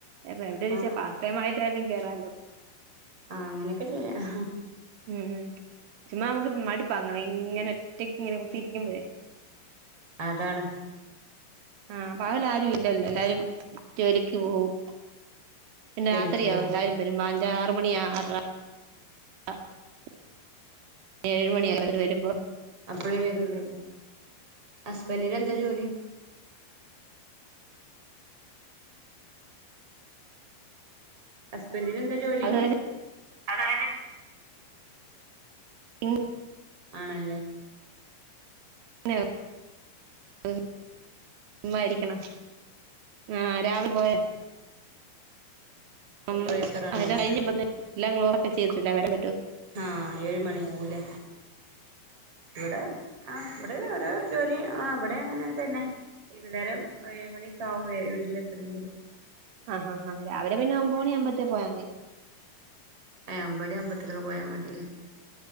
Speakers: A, on the right (about 80°); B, on the right (about 30°).
A: അപ്പ എവ്ടെനിച്ചാ
B: ആ
A: പാർട്ടയ്മായ്ട്ടാലും കേറല്ലോ?
B: ആഹ് അങ്ങനെക്കെ ചെയ്യാം
A: ഉം ഉം ചുമ്മാ നമ്മക്ക് മടുപ്പാങ്ങനെ ഇങ്ങനെ ഒറ്റക്ക് ഇങ്ങനെ കുത്തിയിരിക്കുമ്പഴേ
B: അതാണ്.
A: ആഹ് പകലാരും ഇല്ലല്ലോ എല്ലാരും ജോലിക്ക് പോവും. പിന്നെ
B: ജോലിക്ക്
A: രാത്രിയാകും
B: പോവല്
A: എല്ലാരും വരുമ്പ അഞ്ച് ആറ് മണി ആറെര <unintelligible> ഏഴ്മണിയാവും അവര് വരുമ്പോ.
B: അപ്പഴേ വേര്ള്ളൂ ഹസ്ബന്റിനെന്താ ജോലി? ഹസ്ബന്റിനെന്താ ജോലി
A: അതുവരെ
B: അതായത്
A: ഇൻ
B: ആണല്ലേ?
A: <inaudible> ചുമ്മായിരിക്ക്ണ് ആഹ് രാവിലെ പോയേ?
B: സൂപ്പർവൈസർ
A: ഉം
B: ആണല്ലേ
A: അങ്ങനെ കഴിഞ് <unintelligible> ചെയ്തിട്ടല്ല വരാൻ പറ്റൂ.
B: ആഹ് ഏഴ് മണി ആവൂലെ. ഇവ്ടെ ആഹ് ഇവ്ടെ <unintelligible> ജോലി ആഹ് വ്ടെ അങ്ങനെതന്നെ. വൈകുന്നേരം ഏഴ് മണിയൊക്കെയാവും വീട്ടിലെത്തണങ്കില്.
A: ആഹ് ഹാ ഹാ രാവിലെ പിന്നെ ഒമ്പത് മണി ആവുമ്പത്തേ പോയാ മതി.
B: ഏ ഇബടെം ഒമ്പതരക്കക്കെ പോയാമതില്ലേ.